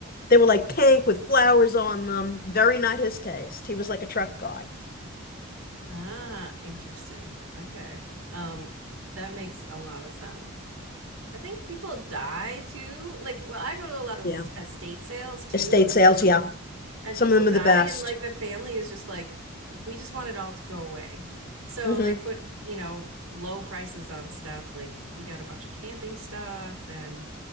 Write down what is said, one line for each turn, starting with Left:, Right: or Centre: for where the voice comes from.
Left: they were like pink with flowers on them. Very not his taste. He was like a truck guy.
Right: Ah, interesting. Okay. Um, that makes a lot of sense. I think people die too. Like, well, I go to a lot of
Left: Yeah.
Right: s- estate sales too,
Left: Estate sales, yeah.
Right: and
Left: Some
Right: people
Left: of them
Right: die,
Left: are the best.
Right: and like the family is just like, we just want it all to go away. So
Left: hmm
Right: they put, you know, low prices on stuff. Like, we got a bunch of camping stuff and,